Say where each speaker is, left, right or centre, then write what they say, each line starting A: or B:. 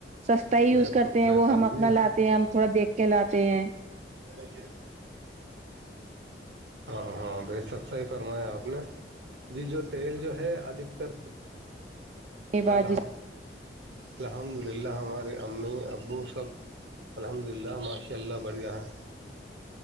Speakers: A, on the right (about 40°); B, on the right (about 70°).
A: سستا ہی
B: بے
A: یوز کرتے
B: شک
A: ہیں
B: بے
A: وہ
B: شک
A: ہم اپنا
B: جی
A: لاتے ہیں ہم تھوڑا دیکھ کے لاتے ہیں
B: ال <unintelligible> ہاں ہاں بے سک صی فرمایا آپ نے جی جو تیل جو ہے ادھکتر
A: ب وازس
B: الحم الحمد للہ ہمارے امی ابو سب الحمد للہ ماشاء اللہ بڑھیا ہیں